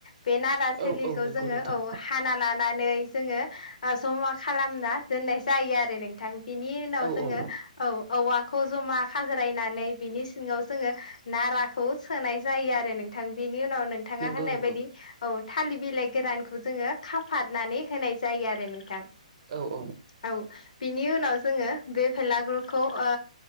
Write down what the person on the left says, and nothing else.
बे नारा थोलिखौ
जोंङो
औ हाना ला नानै जोंङो जमा खालामना दोननाय जायो आरो नोंथां। बिनि उनाव
जोंङो
औ। औवाखौ जमा खाज्रायनानै बिनि सिङाव जोंङो नाराखौ सोनाय जायो आरो नों नोंथां बिनि उनाव नोंथाङा
होननाय
बायदि औ। थालिर बिलाइ गोरानखौ जोंङो खाफादनानै होनाय जायो आरो नोंथां।
औ बिनि उनाव जोंङो बे भेलागुरखौ ओ